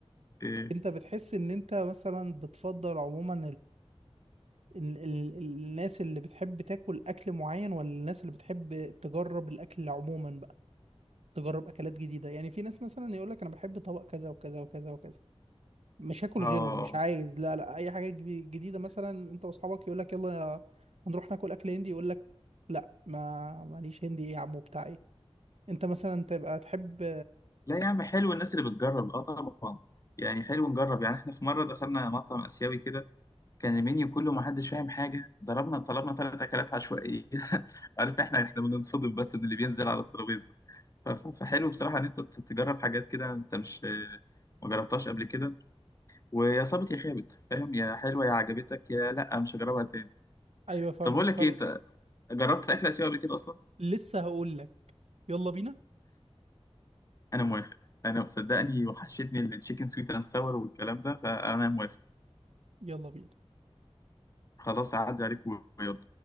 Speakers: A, on the left; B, on the right.
A: إيه.
B: انت بتحس ان انت مثلا بتفضل عموما ال- ال- الناس اللي بتحب تاكل اكل معين ولا الناس اللي بتحب تجرب الاكل عموما بقى تجرب اكلات جديده يعني في ناس مثلا يقول لك انا بحب طبق كذا وكذا وكذا وكذا مش هاكل
A: اه
B: غيره مش عايز لا لا اي حاجه جب- جديده مثلا انت واصحابك يقول لك يلا يا- هنروح ناكل اكل هندي يقول لك لا ما ماليش هندي ايه يا عمو بتاع ايه انت مثلا تبقى تحب
A: لا يا عم حلو الناس اللي بتجرب اه طبعا يعني حلو نجرب يعني احنا في مرة دخلنا مطعم آسيوي كده كان المنيو كله ما حدش فاهم حاجة ضربنا طلبنا ثلاث أكلات عشوائية <laughs> عارف احنا احنا بننصدم بس من اللي بينزل على الترابيزة ف- ف- فحلو بصراحة إن أنت ت- تجرب حاجات كده أنت مش ما جربتهاش قبل كده ويا صابت يا خابت فاهم يا حلوة يا عجبتك يا لأ مش هجربها تاني
B: ايوه فاهمك
A: طب أقول لك
B: طلع
A: إيه أنت جربت أكل آسيوي قبل كده أصلا؟
B: لسه هقول لك يلا بينا
A: انا موافق انا صدقني وحشتني التشيكن سويت اند ساور والكلام ده فانا موافق
B: يلا بينا
A: خلاص اعدي عليك ويلا